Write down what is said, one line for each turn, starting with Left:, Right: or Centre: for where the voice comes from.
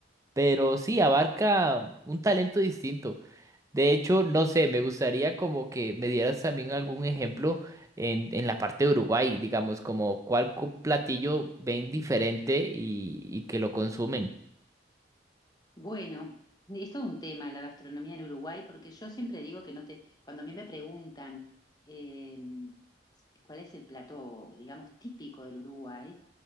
Right: pero sí, abarca un talento distinto. De hecho, no sé, me gustaría como que me dieras también algún ejemplo en, en la parte de Uruguay, digamos, como cuál co- platillo ven diferente y, y que lo consumen.
Left: Bueno, es todo un tema la gastronomía en Uruguay, porque yo siempre digo que no te, cuando a mí me preguntan eh, cuál es el plato, digamos, típico del Uruguay,